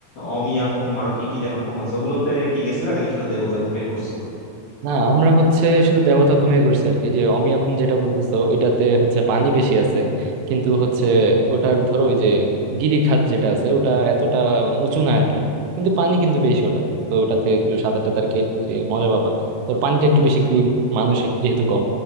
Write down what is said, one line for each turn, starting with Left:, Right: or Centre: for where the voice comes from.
Left: অমিয়া খুম আরো কি কি যেন খুম আছে ওগুলোতে কি গেছিলা নাকি শুধু দেবতা খুমটাই ঘুরছো
Right: না আমরা হচ্ছে শুধু দেবতা খুমে করছি আর কি যে অমিয়া খুন যেটা বলতেছো ওইটাতে হচ্ছে পানি বেশি আছে কিন্তু হচ্ছে ওটার ধরো ওই যে গিরিখাত যেটা আছে ওটা এতটা মানে উঁচু না আর কি কিন্তু পানি কিন্তু বেশি ওটাতে তো ওটাতে একটু সাঁতার টাতার কেটে মজা পাবা তোর পানিটা একটু বেশি ক্লিন মানুষ এক- যেহেতু কম